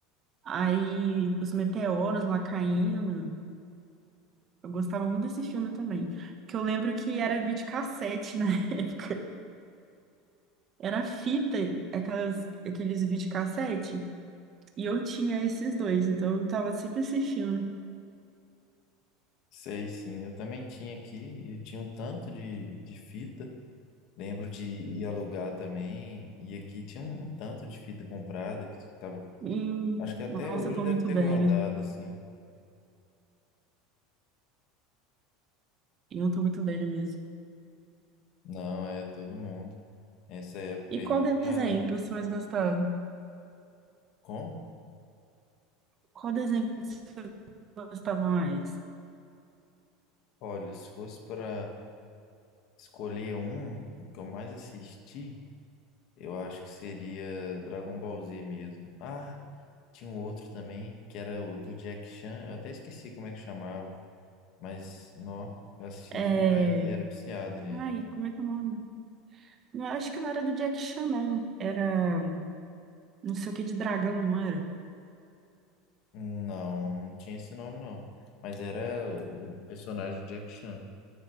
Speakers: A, on the right; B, on the left.
A: Aí os meteoros lá caindo. Eu gostava muito desse filme também. Que eu lembro que era videocassete na <laughs> época. Era fita, aquelas, aqueles videocassete. E eu tinha esses dois, então eu tava sempre assistindo.
B: sei sim, eu também tinha aqui, e tinha um tanto de, de fita. Lembro de ir alugar também, e aqui tinha um, um tanto de fita comprada que tava,
A: E,
B: acho que até
A: nossa,
B: hoje
A: eu tô
B: deve
A: muito
B: ter
A: velha.
B: guardado, assim.
A: Eu tô muito velha mesmo.
B: Não, é todo mundo. Essa época
A: E
B: aí,
A: qual desenho
B: já...
A: que você mais gostava?
B: como?
A: Qual desenho que você gostava mais?
B: Olha, se fosse para escolher um, o que eu mais assisti, eu acho que seria Dragon Ball Z mesmo. Ah, tinha um outro também, que era o do Jack Chan, eu até esqueci como é que chamava, mas nó, eu assistia
A: É...
B: demais e era viciado nele.
A: Ai, como é que é o nome? Não, acho que não era do Jack Chan, não. Era não sei o que de dragão, não era?
B: Não, não tinha esse nome, não. Mas era o personagem Jack Chan.